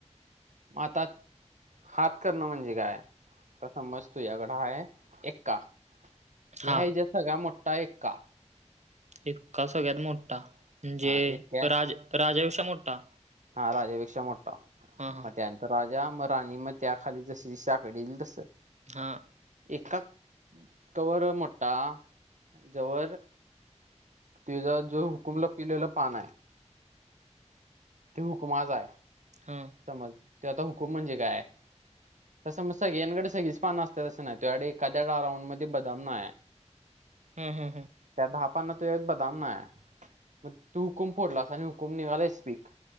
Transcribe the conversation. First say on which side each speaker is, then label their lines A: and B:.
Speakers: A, on the right; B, on the right.
A: हातात हात करण म्हणजे काय? आता समज तुझ्याकड आहे एक्का, ह्या
B: हा
A: ह्याच्यात सगळा मोठा एक्का.
B: एक्का सगळ्यात मोठा, म्हणजे
A: हा एक्या
B: राज राजा पेक्षा मोठा.
A: हा राजा पेक्षा मोठा,
B: हा हा
A: म त्या तर राजा, मग राणी, मग त्या खाली जशी साकड येईल तस.
B: हा.
A: एक्का, तवर मोठ्ठा, जवर तिचा जो हुकुमला पिलेला पान आहे. ते हुकमाचाय.
B: हां.
A: समज, ते आता हुकूम म्हणजे काय? तसं मतस्या गेनकळ्यांकडे सगळीच पाण असते तसं नाय तुझ्याकडे एखाद्या राऊंड मध्ये बदाम नाय
B: हां हां हां.
A: त्या ढापांना तूझ्यात बदाम आहे मग तू हुकुम फोडलास आणि हुकुम निघालाय स्पीक